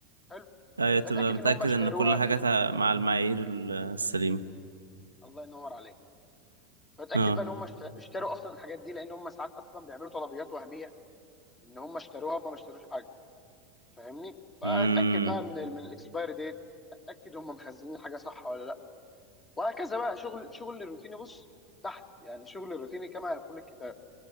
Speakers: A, on the left; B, on the right.
A: حلو
B: أيوة تبقى
A: بتاكد
B: متأكد
A: ان هم اشتروها
B: إن كل حاجة تع- مع المعايير ال- السليمة
A: الله ينور عليك بتاكد
B: اه
A: بقى ان هم اشت- اشتروا اصلا الحاجات دي لان هم ساعات اصلا بيعملوا طلبيات وهميه ان هم اشتروها هم ما اشتروش حاجه فاهمني فاتاكد
B: امم
A: بقى من ال- من الاكسبايري ديت اتاكد هم مخزنين الحاجه صح ولا لا وهكذا بقى شغل شغل الروتيني بص تحت يعني شغل الروتيني كما يقول الكتاب